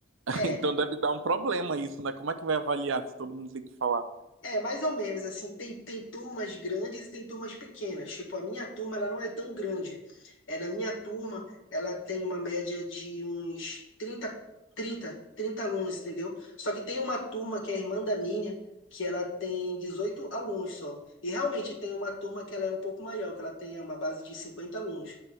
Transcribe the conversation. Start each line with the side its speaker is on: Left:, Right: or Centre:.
Right: <laughs>
Left: É,
Right: Então deve dar um problema isso, né? Como é que vai avaliar se todo mundo tem que falar?
Left: é mais ou menos assim, tem, tem turmas grandes e tem turmas pequenas. Tipo, a minha turma, ela não é tão grande. É, na minha turma, ela tem uma média de uns 30 trinta trinta alunos, entendeu? Só que tem uma turma que é a irmã da minha, que ela tem 18 alunos só. E realmente tem uma turma que ela é um pouco maior, que ela tem uma base de 50 alunos.